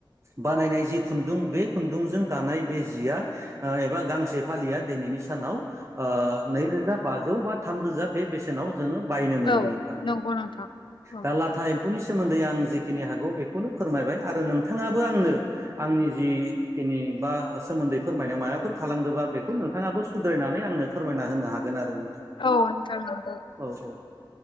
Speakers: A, on the right; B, on the left.
A: बानायनाय जि खुन्दुं बे खुन्दुंजों दानाय बे जिया एबा गांसे फालिआ दिनै सानाव ओ नैरोजा बाजौ बा थामरोजा बे बेसेनाव जोङो बायनो मोनो
B: औ
A: नोंथां
B: नंगौ नोंथां औ
A: दा लाथा एम्फौनि सोमोन्दै आं जिखिनि हागौ बेखौनो फोरमायबाय आरो नों थाङाबो आंनो आंनि जिखिनि बा सोमोन्दै फोरमायनायाव माबाफोर थालांदोंबा बेखौ नोंथाङाबो सुद्रायनानै आंनो फोरमायना होनो हागोन आरो। नोंथां
B: औ नंथारमारगौ
A: औ औ